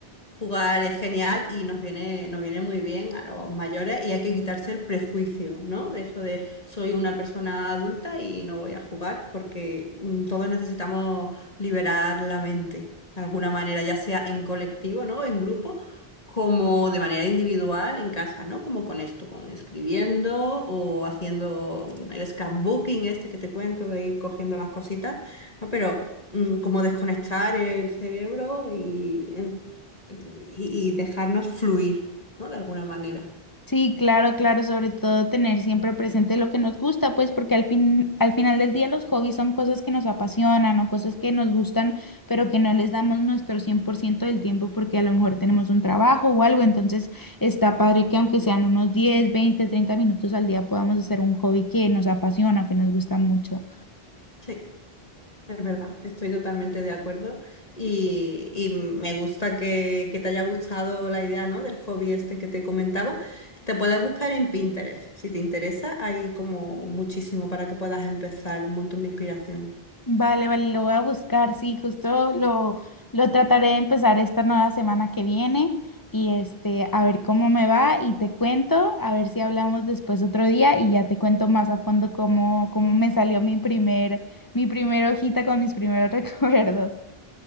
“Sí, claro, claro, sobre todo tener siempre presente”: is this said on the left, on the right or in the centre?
Left